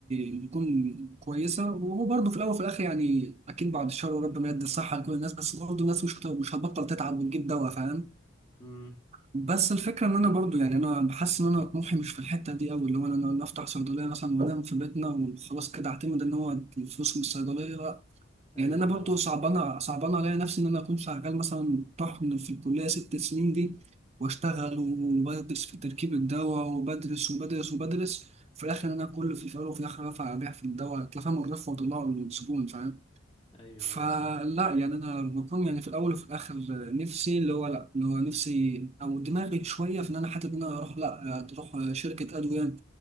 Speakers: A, on the right (about 30°); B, on the left (about 25°).
A: بيكون كويسة وهو برضه في الأول وفي الآخر يعني أكيد بعد الشر وربنا يدي الصحة لكل الناس بس برضه الناس مش هت- مش هتبطل تتعب وتجيب دواء فاهم
B: امم
A: بس الفكرة إن أنا برضه يعني أنا بحس إن أنا طموحي مش في الحتة دي أوي اللي هو أنا أنا أفتح صيدلية مثلا وأنام في بيتنا وخلاص كده أعتمد إن هو الفلوس من الصيدلية
B: ايوه
A: يعني انا برضو صعبانه صعبانه عليا نفسي ان انا اكون شغال مثلا طحن في الكليه ست سنين دي واشتغل وبدرس في تركيب الدواء وبدرس وبدرس وبدرس في الاخر انا كل في الفقر وفي الاخر ارفع ابيع في الدواء تفهم الرف وطلعه الزبون فاهم
B: ايوه
A: فلا
B: ايوه صح
A: يعني انا بكون يعني في الاول وفي الاخر نفسي اللي هو لا اللي هو نفسي او دماغي شويه في ان انا حتى ان انا اروح لا تروح شركه ادويه